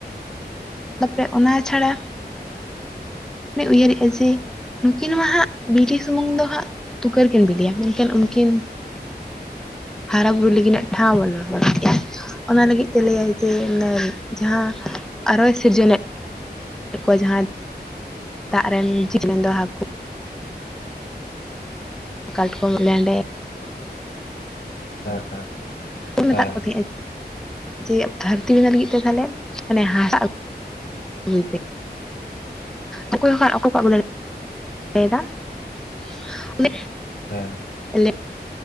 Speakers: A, in the centre; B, on the left (about 75°).
A: ᱛᱟᱯᱚᱨᱮ ᱚᱱᱟ ᱪᱷᱟᱲᱟ ᱩᱭᱦᱟᱹᱨᱮᱫᱟ ᱡᱮ ᱱᱩᱠᱤᱱ ᱢᱟ ᱦᱟᱸᱜ ᱵᱤᱞᱤ ᱥᱩᱢᱩᱝ ᱫᱚ ᱦᱟᱸᱜ ᱛᱩᱠᱟᱹᱨ ᱠᱤᱱ ᱵᱤᱞᱤᱭᱟ ᱢᱮᱱᱠᱷᱟᱱ ᱩᱱᱠᱤᱱ ᱦᱟᱨᱟ ᱵᱩᱨᱩ ᱞᱟᱹᱜᱤᱫᱱᱟᱜ ᱴᱷᱟᱶ ᱵᱟᱱᱩᱜ ᱟᱠᱟᱫ ᱛᱟᱠᱤᱱᱟ ᱚᱱᱟ ᱞᱟᱹᱜᱤᱫ ᱛᱮ ᱞᱟᱹᱭᱟᱭ ᱡᱮ ᱡᱟᱦᱟᱸ ᱟᱨᱚᱭ ᱥᱤᱨᱡᱚᱱᱮᱫ <unintelligible> ᱡᱟᱦᱟᱸ ᱫᱟᱜ ᱨᱮᱱ ᱡᱤᱞ ᱨᱮᱱ ᱫᱚ ᱦᱟᱹᱠᱩ ᱠᱟᱴᱠᱚᱢ ᱞᱮᱸᱰᱮᱫ
B: ᱦᱮᱸ ᱦᱮᱸ
A: ᱢᱮᱛᱟᱜ
B: ᱦᱮᱸ
A: ᱠᱚ ᱛᱟᱦᱮᱸᱼᱟ ᱡᱮ ᱫᱷᱟᱹᱨᱛᱤ ᱵᱮᱱᱟ ᱞᱟᱹᱜᱤᱫ ᱛᱮ ᱛᱟᱦᱟᱞᱮ ᱢᱟᱱᱮ ᱦᱟᱥᱟᱜ ᱜᱩᱭ ᱯᱮ ᱚᱠᱚᱭ ᱠᱚᱶᱟᱜ <unintelligible>
B: ᱦᱮ
A: ᱞᱮᱜ